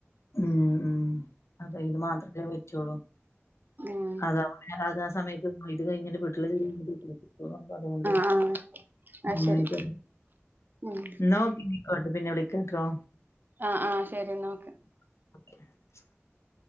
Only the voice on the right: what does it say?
ഉം
ആഹ് ആഹ് അത്
ശരി ഉം
ആഹ് ആഹ് ശെരി ന്നാ ഓക്കെ